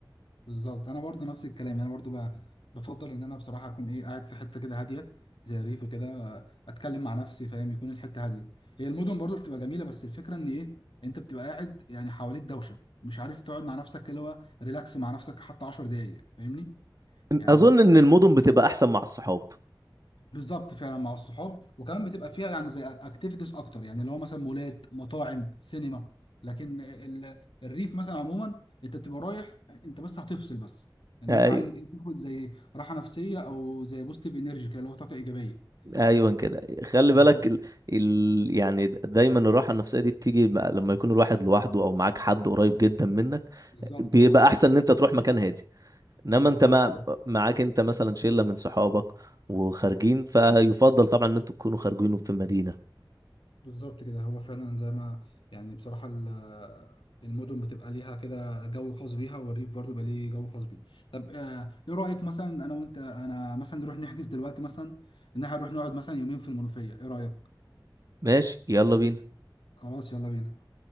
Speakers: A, on the left; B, on the right.
A: بالظبط انا برضو نفس الكلام انا برضو ب- بفضل ان انا بصراحه اكون ايه قاعد في حته كده هاديه زي الريف وكده آه، اتكلم مع نفسي فاهم يكون الحته هاديه هي المدن برضو بتبقى جميله بس الفكره ان ايه انت بتبقى قاعد يعني حواليك دوشه مش عارف تقعد مع نفسك كده اللي هو ريلاكس مع نفسك حتى 10 دقايق فاهمني يعني
B: اظن ان المدن بتبقى احسن مع الصحاب
A: بالظبط فعلا مع الصحاب وكمان بتبقى فيها يعني زي اكتيفيتيز اكتر يعني اللي هو مثلا مولات مطاعم سينما لكن ال- الريف مثلا عموما انت بتبقى رايح انت بس هتفصل بس لان
B: ايوه
A: انت عايز إيه، تاخد زي راحه نفسيه او زي بوزيتيف انرجي كده اللي هو طاقه ايجابيه
B: ايوه كده خلي
A: بالظبط
B: بالك ال... ال... يعني د- دايما الراحه النفسيه دي بتيجي م- لما يكون الواحد لوحده او معاك حد قريب جدا منك
A: بالظبط
B: بيبقى
A: اه صاحب
B: احسن ان انت تروح مكان هادي انما
A: بالظبط
B: انت مع...
A: كده
B: معاك انت مثلا شله من صحابك وخارجين فيفضل طبعا ان انتوا تكونوا خارجين في مدينه
A: بالظبط كده هو فعلا زي ما يعني بصراحة ال- المدن بتبقى ليها كده جو خاص بيها والريف برضو بقى ليه جو خاص بيه طب آه، ايه رأيك مثلا انا وانت انا مثلا نروح نحجز دلوقتي مثلا ان احنا نروح نقعد مثلا يومين في المنوفية ايه رأيك
B: ماشي يلا بينا
A: خلاص يلا بينا